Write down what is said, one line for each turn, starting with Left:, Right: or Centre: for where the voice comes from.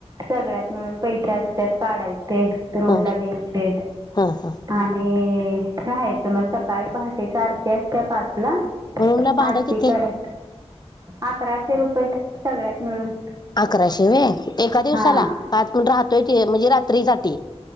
Right: सगळ्यात मिळून पैशे असत्यात काढायचे. रूम
Left: हा
Right: ला द्यायचे
Left: हा हा
Right: आणि राहा तर म सकाळी पहाटे ची आरती अस्तिया पाच ला.
Left: रूमला भाडं
Right: आरती
Left: किती
Right: कराय अकराशे रुपये सगळ्यात मिळून.
Left: अकराशे वे एका दिवसाला
Right: हा
Left: का आतून राहतोय ते म्हणजे रात्री साठी?